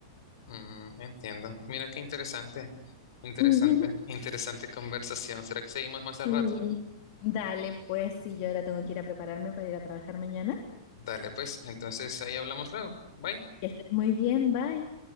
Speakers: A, on the left; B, on the left.
A: Mm, entiendo. Mira qué interesante, interesante,
B: <laughs>
A: <laughs> Ujú. interesante conversación. ¿Será que seguimos más al
B: Sí.
A: rato?
B: Dale, pues sí, yo ahora tengo que ir a prepararme para ir a trabajar mañana.
A: Dale, pues, entonces ahí hablamos luego. Bye.
B: Que estés muy bien, bye.